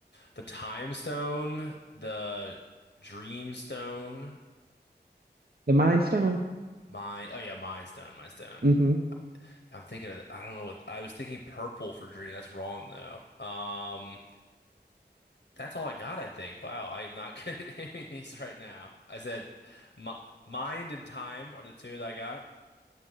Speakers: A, on the left; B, on the right.
A: the Time Stone, the Dream Stone,
B: The Mind Stone.
A: Mind. Oh yeah, Mind Stone, Mind Stone.
B: hmm
A: I'm thinking of, I don't know what I was thinking purple for dream. That's wrong though. Um That's all I got, I think. Wow, I am not <laughs> good at naming these right now. I said mi mind and time are the two that I got.